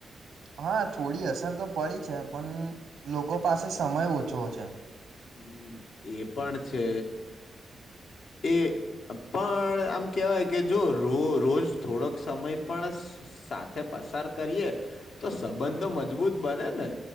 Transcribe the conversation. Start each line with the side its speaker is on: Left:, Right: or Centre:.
Right: હા થોડી અસર તો પડી છે. પણ લોકો પાસે સમય ઓછો છોછે.
Left: હમ્મ એ પણ છે એ પણ આમ કેવાય કે જો રો રોજ થોડોક સમય પણ સ સાથે પસાર કરીએ તો સંબંધો મજબૂત બને ને.